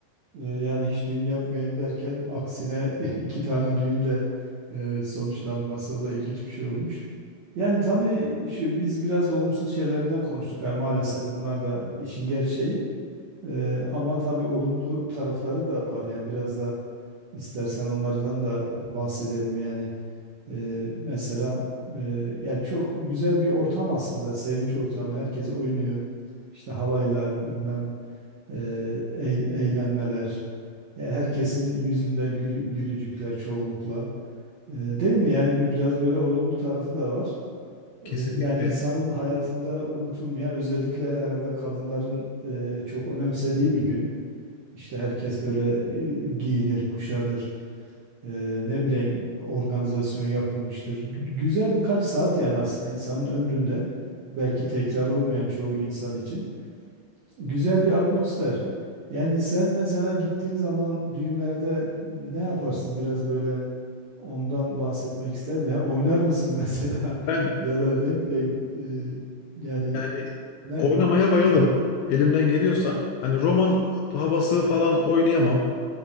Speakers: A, on the right (about 80°); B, on the left (about 80°).
A: Ee, yani hiç düğün yapmayayım derken aksine <laughs> iki tane düğünle e, sonuçlanması o da ilginç bir şey olmuş. Yani tabii şu biz biraz olumsuz şeylerinden konuştuk. Yani maalesef bunlar da işin gerçeği. Ee, ama tabii olumlu tarafları da var. Yani biraz da istersen onlardan da bahsedelim yani. Ee, mesela e, yani çok güzel bir ortam aslında. Sevinç ortamı. Herkes oynuyor. İşte halaylar bilmem e, eğ- eğlenmeler. Ya herkesin yüzünde gülü- gülücükler çoğunlukla. Ee, değil mi? Yani bir biraz böyle olumlu tarafı da var. Ee,
B: Kesinlikle.
A: yani insanın hayatında unutulmayan özellikle herhalde kadınların e, çok önemsediği bir gün. İşte herkes böyle e, giyinir, kuşanır. Eee, ne bileyim organizasyon yapılmıştır. Gü- Güzel birkaç saat yani aslında insanın ömründe belki tekrar olmayan çoğu insan için güzel bir atmosfer. Yani sen mesela gittiğin zaman düğünlerde ne yaparsın? Biraz böyle ondan bahsetmek ister misin? Yani oynar mısın <laughs> mesela
B: Ben
A: ya da ne bileyim eee, yani
B: yani
A: ne,
B: oynamaya bayılırım.
A: tak,
B: Elimden geliyorsa. Hani roman havası falan oynayamam.